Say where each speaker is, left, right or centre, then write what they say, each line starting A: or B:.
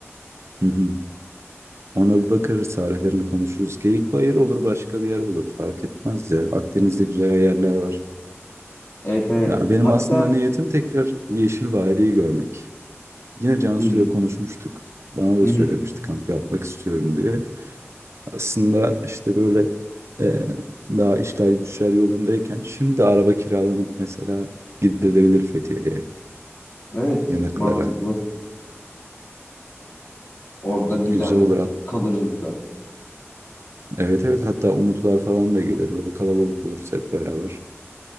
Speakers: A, on the right; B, on the left.
A: Hı hı. Ona bir bakarız, tarihlerini konuşuruz. Geyikbayır olur,
B: Hı hı.
A: başka bir yer olur. Fark etmez ya. Akdeniz'de güzel yerler var.
B: Evet evet.
A: Ya benim
B: Hatta
A: aslında niyetim tekrar Yeşil Vadi'yi görmek. Yine Cansu'yla
B: hmm,
A: konuşmuştuk. Bana da
B: hı
A: söylemişti
B: hı.
A: kamp yapmak istiyorum diye. Aslında işte böyle e, daha işler güçler yolundayken şimdi araba kiralanıp mesela gidilebilir Fethiye'ye,
B: Evet
A: yanıklara.
B: mantıklı. Orada güzel
A: Güzel olur.
B: kalırız da.
A: Evet evet hatta Umutlar falan da gelir. Böyle kalabalık oluruz hep beraber.